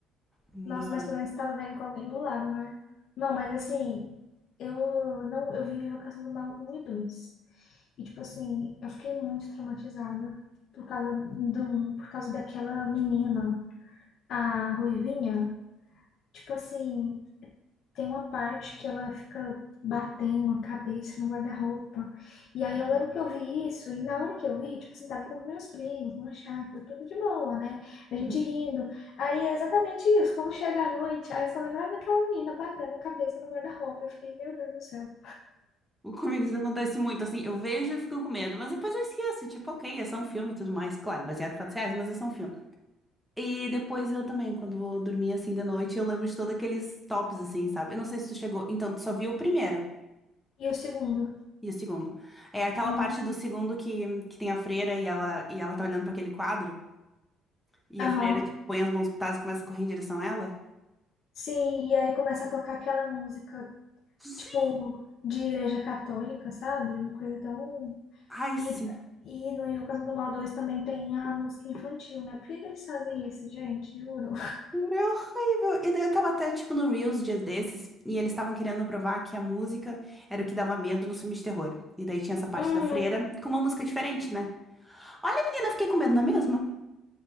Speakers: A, in the centre; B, on the left.
A: Mano.
B: Nossa, mas pelo menos você tava vendo com alguém do lado, né? Não, mas assim, eu não, eu vi Invocação do Mal um e 2. E, tipo assim, eu fiquei muito traumatizada por causa do, por causa daquela menina, a Ruivinha. Tipo assim, tem uma parte que ela fica batendo a cabeça no guarda-roupa. E aí
A: Uhum,
B: eu lembro que eu vi isso, e na hora que eu vi, tipo assim, tava com meus primos, numa chácara, tudo de boa, né? A gente
A: uhum.
B: rindo. Aí é exatamente isso, quando chega a noite, aí eu só lembrava daquela menina batendo a cabeça no guarda-roupa. Eu fiquei, meu Deus do céu.
A: O- Comigo isso acontece muito, assim, eu vejo e fico com medo, mas depois eu esqueço, tipo, ok, é só um filme e tudo mais. Claro, baseado em fatos reais, mas é só um filme. E depois eu também, quando vou dormir assim de noite, eu lembro de todos aqueles tops, assim, sabe? Eu não sei se tu chegou. Então, tu só viu o primeiro
B: E o segundo?
A: e o segundo. É aquela
B: Uhum.
A: parte do segundo que, que tem a freira e ela, e ela tá olhando pra aquele quadro. E
B: Aham.
A: a freira, tipo, põe as mãos pitadas e começa a correr em direção a ela.
B: Sim, e aí começa a tocar aquela música,
A: Sim.
B: tipo, de igreja católica, sabe? Uma coisa tão.
A: Ai,
B: E,
A: sim.
B: e no Invocação do Mal 2 também tem a música infantil, né? Por que que eles fazem isso, gente? Juro.
A: É horrível. E daí eu tava até, tipo, no Reels dias desses, e eles estavam querendo provar que a música era o que dava medo nos filmes de terror. E daí tinha essa parte
B: Uhum.
A: da freira com uma música diferente, né? Olha, menina, eu fiquei com medo na mesma.